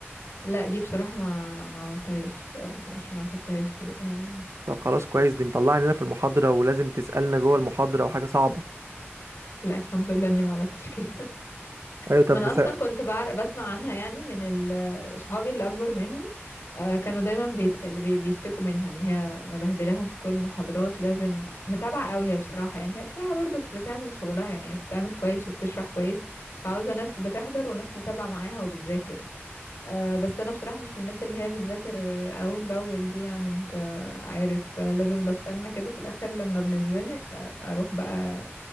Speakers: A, on the left (about 65°); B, on the right (about 85°).
A: لا دي بصراحه ما ما عملتهاش آه، مش ما خدتهاش دي آه،
B: طب خلاص كويس دي مطلعني لنا في المحاضره ولازم تسالنا جوه المحاضره وحاجه صعبه
A: لا الحمد لله اني ما عملتش كده
B: ايوه طب
A: ما انا
B: مسا...
A: اصلا كنت بعرف بسمع عنها يعني من ال- صحابي اللي اكبر مني آه، كانوا دايما بيتكلم بيشتكوا منها ان هي مبهدلاهم في كل المحاضرات لازم متابعه قوي هي بصراحه يعني هي بصراحه برضو بتعمل شغلها يعني هي بتعمل كويس وبتشرح كويس فعاوزه ناس بتحضر وناس متابعه معاها وبتذاكر آه، بس انا بصراحه مش من الناس اللي هي بتذاكر اول باول دي يعني انت عارف آه، لازم بستنى كده في الاخر لما بنتزنق آه، اروح بقى